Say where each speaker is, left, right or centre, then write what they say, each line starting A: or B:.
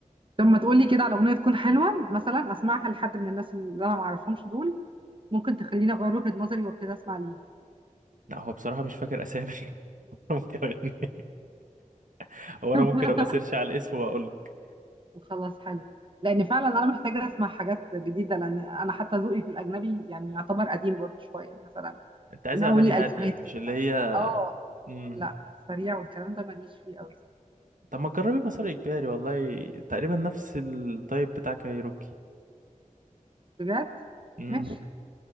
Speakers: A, on the right; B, on the right.
A: طب ما تقولي كده على اغنيه تكون حلوه مثلا اسمعها لحد من الناس اللي انا ما اعرفهمش دول ممكن تخليني اغير وجهه نظري وابتدي اسمع ليه
B: لا هو بصراحه مش فاكر اسامي <laughs> ممكن اغني <laughs> هو انا
A: <laughs>
B: ممكن ابقى سيرش على الاسم واقول لك
A: وخلاص حلو لان فعلا انا محتاجه اسمع حاجات جديده لان انا حتى ذوقي في الاجنبي يعني يعتبر قديم برضه شويه مثلا
B: انت عايز
A: من
B: اغاني
A: اول الالفينات
B: هاديه مش
A: كده
B: اللي هي
A: اه
B: مم.
A: لا السريع والكلام ده ماليش فيه قوي
B: طب ما تجربي مسار اجباري والله تقريبا نفس التايب بتاع كايروكي
A: بجد
B: امم
A: ماشي